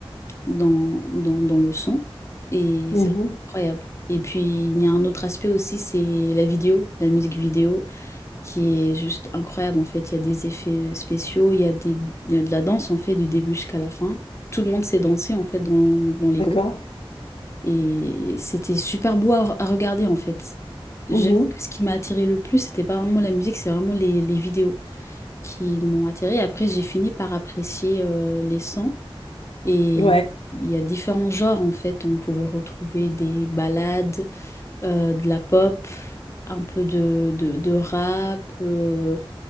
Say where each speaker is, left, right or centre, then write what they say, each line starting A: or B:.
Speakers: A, on the left; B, on the left.
A: dans, dans, dans le son et
B: Mhm.
A: c'est incroyable. Et puis il y a un autre aspect aussi, c'est la vidéo, la musique vidéo qui est juste incroyable en fait. Il y a des effets spéciaux, il y a des, il y a de la danse en fait du début jusqu'à la fin. Tout le monde s'est dansé en fait dans, dans les
B: D'accord.
A: groupes et c'était super beau à, à regarder en fait. J'avoue
B: Mhm.
A: que ce qui m'a attiré le plus, c'était pas vraiment la musique, c'est vraiment les, les vidéos qui m'ont attiré. Après, j'ai fini par apprécier euh, les sons et
B: Ouais.
A: il y a différents genres en fait. On pouvait retrouver des ballades, euh, de la pop, un peu de, de, de rap. euh,